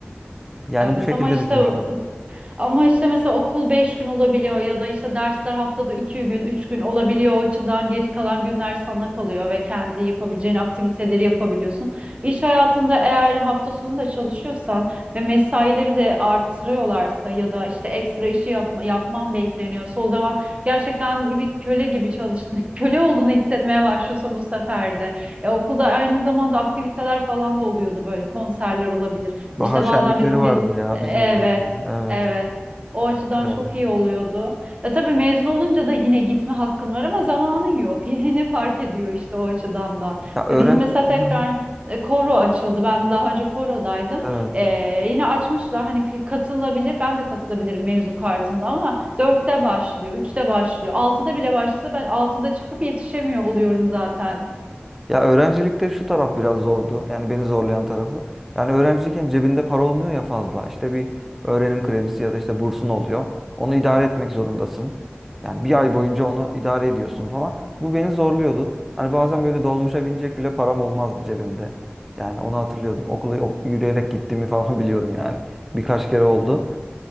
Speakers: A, in the centre; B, on the right.
A: Yani
B: Evet
A: bu şekilde
B: ama işte
A: düşünmüştüm.
B: Ama işte mesela okul 5 gün olabiliyor ya da işte dersler haftada 2 gün, 3 gün olabiliyor. O açıdan geri kalan günler sana kalıyor ve kendi yapabileceğin aktiviteleri yapabiliyorsun. İş hayatında eğer hafta sonu da çalışıyorsan ve mesaileri de artırıyorlarsa ya da işte ekstra işi yapma, yapman bekleniyorsa o zaman gerçekten bir köle gibi çalıştın. <laughs> Köle olduğunu hissetmeye başlıyorsun bu sefer de. E, okulda aynı zamanda aktiviteler falan da oluyordu böyle konserler olabilir.
A: Bahar
B: İşte
A: şenlikleri
B: bazen bizim
A: vardı
B: gece
A: ya
B: E,
A: bizim
B: Evet,
A: dönemde. Evet.
B: Evet. O açıdan
A: Çok güzeldi.
B: çok iyi oluyordu. Ya tabii mezun olunca da yine gitme hakkın var ama zamanın yok. <laughs> Yine fark ediyor işte o açıdan da.
A: Ya öğren
B: Ya bizim mesela tekrar
A: Hı hı.
B: e, koro açıldı. Ben daha önce korodaydım.
A: Evet.
B: Ee, yine açmışlar hani k- katılabilir. Ben de katılabilirim mezun kartımla ama dörtte başlıyor, üçte başlıyor. Altıda bile başlasa ben altıda çıkıp yetişemiyor oluyorum zaten.
A: Ya öğrencilikte şu taraf biraz zordu. Yani beni zorlayan tarafı. Yani öğrenciyken cebinde para olmuyor ya fazla. İşte bir öğrenim kredisi ya da işte bursun oluyor. Onu idare etmek zorundasın. Yani bir ay boyunca onu idare ediyorsun falan. Bu beni zorluyordu. Hani bazen böyle dolmuşa binecek bile param olmazdı cebimde. Yani onu hatırlıyorum. Okula o- yürüyerek gittiğimi falan <laughs> biliyorum yani. Birkaç kere oldu.